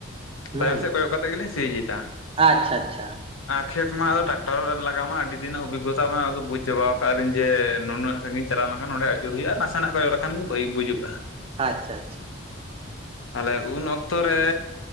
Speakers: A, on the right; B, on the left.
A: ᱦᱩᱸ
B: ᱛᱟᱭᱚᱢ ᱥᱮᱫ ᱠᱚᱭᱚᱜ ᱠᱟᱛᱮᱜ ᱜᱮᱞᱤᱧ ᱥᱤᱭᱮᱫᱟ
A: ᱟᱪᱪᱷᱟ ᱟᱪᱪᱷᱟ
B: ᱾ ᱟᱨ ᱠᱷᱮᱛ ᱢᱟ ᱟᱫᱚ ᱴᱨᱟᱠᱴᱟᱨ ᱞᱟᱜᱟᱣ ᱟᱸ ᱠᱷᱮᱛ ᱢᱟ ᱴᱮᱠᱴᱟᱨ ᱞᱟᱜᱟ ᱢᱟ ᱟᱹᱰᱤ ᱫᱤᱱᱟᱜ ᱚᱵᱷᱤᱜᱚᱛᱟ ᱢᱟ ᱟᱫᱚ ᱵᱩᱡᱽ ᱪᱟᱵᱟᱣ ᱟᱠᱟᱫ ᱟᱹᱤᱧ ᱡᱮ ᱱᱩᱱᱟᱹᱜ ᱥᱟᱺᱜᱤᱧ ᱥᱟᱺᱜᱤᱧ ᱪᱟᱞᱟᱣ ᱞᱮᱠᱷᱟᱱ ᱱᱚᱰᱮ ᱟᱹᱪᱩᱨ ᱦᱩᱭᱩᱜᱼᱟ, ᱱᱟᱥᱮᱱᱟᱜ ᱠᱚᱚᱜ ᱞᱮᱠᱷᱟᱱ ᱵᱟᱹᱭ ᱵᱩᱡᱩᱜᱼᱟ᱾
A: ᱟᱪᱪᱷᱟ ᱟᱪᱪᱷᱟ ᱾
B: ᱛᱟᱦᱞᱮ ᱩᱱ ᱚᱠᱛᱚ ᱨᱮ,